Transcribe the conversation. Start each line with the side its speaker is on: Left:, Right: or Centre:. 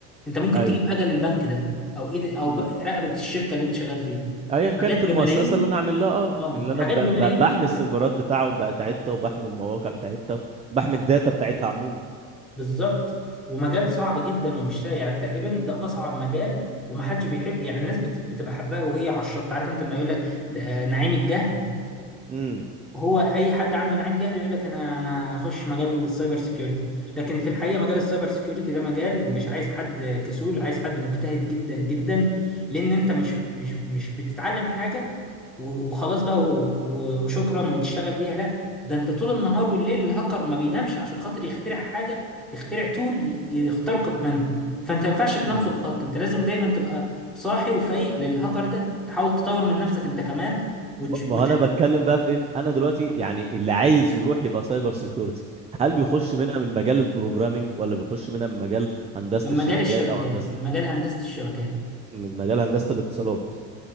Centre: انت ممكن
Right: اي
Centre: تجيب اجل البنك ده او ايد او
Right: امم
Centre: ب- رقبه الشركه اللي انت شغال فيها
Right: ايا كانت
Centre: حاجات بملايين
Right: المؤسسة اللي انا عامل لها اه
Centre: اه
Right: من اللي انا
Centre: حاجات
Right: ب... ب...
Centre: بملايين
Right: بحمي
Centre: في ايد
Right: السيرفرات
Centre: تاني
Right: بتاعه بتاعتها وبحمي المواقع بتاعتها وبحمي الداتا بتاعتها عموما
Centre: بالظبط ومجال صعب جدا ومش سهل يعني تقريبا ده اصعب مجال ومحدش بيحب يعني الناس بت- بتبقى حباه وهي على الشط عارف انت لما يقول لك ده- آه، نعيم الجهل
Right: امم
Centre: هو اي حد عنده نعيم جهل يقول لك انا انا هخش مجال السايبر سيكيورتي لكن في الحقيقه مجال السايبر سيكيورتي ده مجال مش عايز حد كسول عايز حد مجتهد جدا جدا لان انت مش مش مش بتتعلم حاجه و- وخلاص بقى و- و- وشكرا وتشتغل بيها لا ده انت طول النهار والليل الهاكر ما بينامش عشان خاطر يخترع حاجه يخترع تول ي- يخترقك منها فانت ما ينفعش تنام
Right: امم
Centre: في الخط انت لازم دايما تبقى صاحي وفايق للهاكر ده تحاول تطور من نفسك انت كمان وتش...
Right: ما ما
Centre: وتشوف
Right: هو انا بتكلم بقى فين انا دلوقتي يعني اللي عايز يروح يبقى سايبر سيكيورتي هل
Centre: آه.
Right: بيخش منها من مجال البروجرامينج ولا بيخش منها من مجال هندسة
Centre: من
Right: الشبكات
Centre: مجال الشبكات
Right: او هندسة
Centre: من مجال هندسة الشبكات
Right: من مجال هندسة الاتصالات